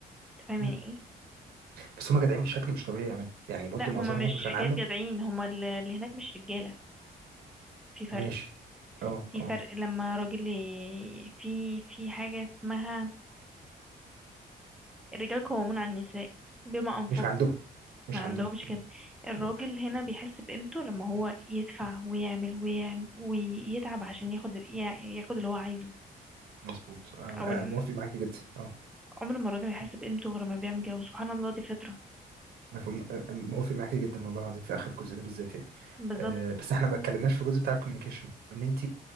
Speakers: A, in the centre; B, on the right.
A: أنت فاهم
B: مم.
A: يعني إيه؟
B: بس هم جدعين بشكل مش طبيعي يا من يعني برضو
A: لا هما
B: معظمهم
A: مش
B: مش
A: حكاية
B: هنعمم
A: جدعين هما ال- اللي هناك مش رجالة في فرق
B: ماشي اه
A: في
B: اه
A: فرق لما راجل ي- في في حاجة اسمها الرجال قوامون على النساء بما أنفقوا
B: مش عندهم مش
A: ما
B: عندهم
A: عندهمش
B: مم.
A: كده
B: ما
A: الراجل
B: عندهمش
A: هنا بيحس بقيمته لما هو يدفع ويعمل ويعمل ويتعب عشان ياخد يا- ياخد اللي هو عايزه
B: مظبوط أم-
A: او
B: أه،
A: ان
B: موافق معاكي جدا اه
A: عمر ما الراجل هيحس بقيمته غير لما بيعمل كده وسبحان الله دي فطرة
B: مفهوم موافق معاكي جدا والله العظيم في اخر الجزء ده بالذات يعني
A: بالظبط
B: أه بس احنا ما اتكلمناش في الجزء بتاع الكوميونيكيشن ان انت